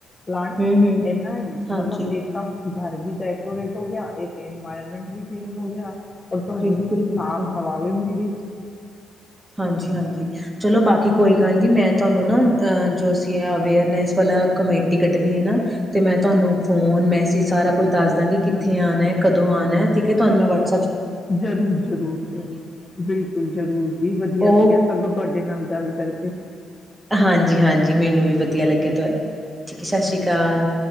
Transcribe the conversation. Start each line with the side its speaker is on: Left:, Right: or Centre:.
Left: ਪਲਾਂਟ
Right: ਹੂੰ-ਹੂੰ,
Left: ਇਹਨਾ
Right: ਹਾਂਜੀ,
Left: ਮਤਲਬ ਇੱਕਾ ਘਰ ਵੀ ਡੈਕੋਰੇਟ ਹੋ ਗਿਆ ਇੱਕ ਇਨਵਾਇਰਮੈਂਟ ਵੀ ਕਲੀਨ ਹੋ ਗਿਆ ਹੋਰ ਤੁਹਾਨੂੰ
Right: ਬਿਲਕੁਲ-ਬਿਲਕੁਲ,
Left: ਸਾਫ ਹਵਾ ਵੀ ਮਿਲ ਗਈ
Right: ਹਾਂਜੀ ਹਾਂਜੀ ਚਲੋ ਬਾਕੀ ਕੋਈ ਗੱਲ ਨਹੀਂ ਮੈਂ ਤੁਹਾਨੂੰ ਨਾ ਅ ਜੋ ਅਸੀਂ ਐ ਅਵੇਅਰਨੈਸ ਵਾਲਾ ਕਮੇਟੀ ਕੱਢਣੀ ਹੈ ਨਾ ਤੇ ਮੈਂ ਤੁਹਾਨੂੰ ਫੋਨ ਮੈਸੇਜ ਸਾਰਾ ਕੁਝ ਦੱਸ ਦਾਂਗੀ ਕਿੱਥੇ ਆਉਣਾ ਹੈ ਕਦੋਂ ਆਣਾ ਠੀਕ ਹੈ ਤੁਹਾਨੂੰ ਮੈਂ ਵਟਸ
Left: ਜ਼ਰੂਰ-ਜ਼ਰੂਰ-ਜ਼ਰੂਰ। ਬਿਲਕੁਲ, ਜ਼ਰੂਰ ਜੀ ਜ਼ ਵਧੀਆ
Right: ਓ
Left: ਲੱਗਿਆ, ਸਗੋਂ ਤੁਹਾਡੇ ਨਾਲ ਗੱਲ ਕਰਕੇ। ਖਾਲੀ
Right: ਹਾਂਜੀ-ਹਾਂਜੀ। ਮੈਨੂੰ ਵੀ ਵਧੀਆ ਲੱਗਿਆ,
Left: ਜੀ
Right: ਤੁਹਾਨੂੰ ਠੀਕ ਹੈ, ਸਤਿ ਸ਼੍ਰੀ ਅਕਾਲ।